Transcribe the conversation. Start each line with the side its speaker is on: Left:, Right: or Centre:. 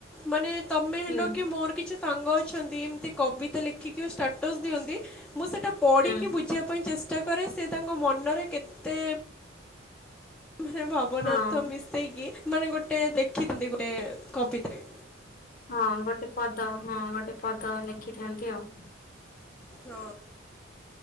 Centre: ମାନେ ତମେ ହେଲ
Left: ହୁଁ
Centre: କି ମୋର କିଛି ସାଙ୍ଗ ଅଛନ୍ତି ଏମତି କବିତା ଲେଖିକି ବି ଷ୍ଟାଟସ୍ ଦିଅନ୍ତି। ମୁଁ ସେଇଟା ପଢିକି
Left: ହୁଁ
Centre: ବୁଝିବା ପାଇଁ ଚେଷ୍ ଟା କରେ ସିଏ ତାଙ୍କ ମ ନରେ କେତେ ମାନେ ଭାବନାର୍ଥ
Left: ହଁ।
Centre: ମିଶେଇକି ମାନେ ଗୋଟେ ଦେଖିଥାନ୍ତି ଗୋଟେ କବିତାରେ।
Left: ହଁ ଗୋଟେ ପଦ ହଁ ଗୋଟେ ପଦ ଲେଖିଥାଆନ୍ତି ଆଉ।
Centre: ହଁ